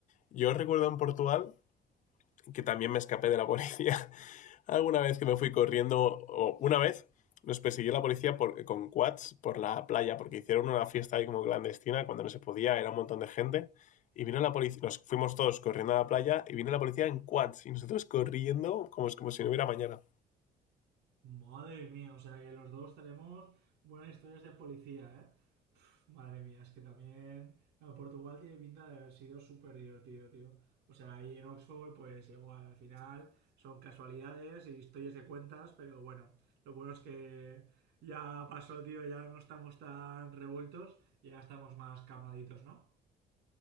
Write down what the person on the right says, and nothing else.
Madre mía, o sea que los dos tenemos buenas historias de policía, ¿eh? Pf, madre mía, es que también no, Portugal tiene pinta de haber sido súper divertido, tío. O sea, ahí en Oxford, pues igual, al final son casualidades y historias de cuentas, pero bueno, lo bueno es que ya pasó, tío, ya no estamos tan revueltos, ya estamos más calmaditos, ¿no?